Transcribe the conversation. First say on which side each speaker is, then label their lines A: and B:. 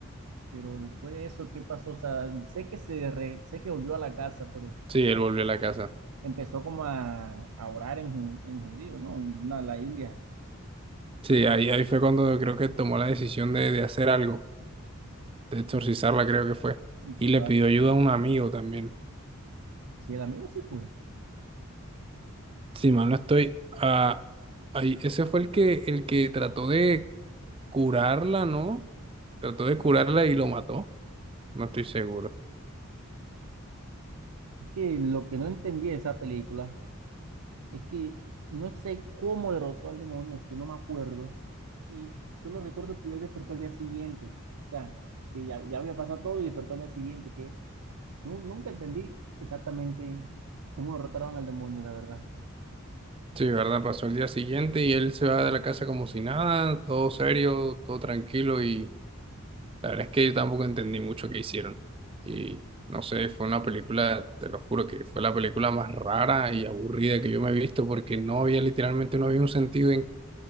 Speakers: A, on the right; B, on the right.
A: Pero después de eso, ¿qué pasó? O sea, sé que se re- sé que volvió a la casa, pero
B: Sí, él volvió a la casa.
A: empezó como a, a orar en, ju- en judío, ¿no? Una, la Biblia,
B: Sí,
A: ¿no?
B: ahí, ahí fue cuando creo que tomó la decisión de, de hacer algo, de exorcizarla,
A: Y,
B: creo que fue.
A: y empezó
B: Y le pidió
A: a... re-
B: ayuda a un amigo también.
A: Si el amigo sí fue.
B: Si mal no estoy, ah, ahí, ese fue el que, el que trató de curarla, ¿no? Trató de curarla y lo mató. No estoy seguro.
A: Es que lo que no entendí de esa película es que no sé cómo derrotó al demonio, es que no me acuerdo. Y solo recuerdo que él despertó al día siguiente. O sea, que ya, ya había pasado todo y despertó al día siguiente. Que nu- nunca entendí exactamente cómo derrotaron al demonio, la verdad.
B: Sí, ¿verdad? Pasó el día siguiente y él se va de la casa como si nada, todo serio, todo tranquilo y La verdad es que yo tampoco entendí mucho qué hicieron. Y no sé, fue una película, te lo juro, que fue la película más rara y aburrida que yo me he visto porque no había, literalmente, no había un sentido en,